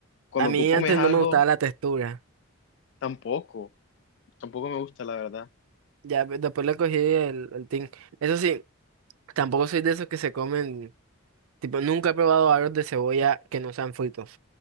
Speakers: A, on the left (about 60°); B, on the right (about 85°).
A: cuando
B: A mí
A: tú comes
B: antes
A: algo,
B: no me gustaba la textura.
A: tampoco. Tampoco me gusta, la verdad.
B: Ya ve- después le cogí el, el tin. Eso sí, tampoco soy de esos que se comen, tipo, nunca he probado aros de cebolla que no sean fritos.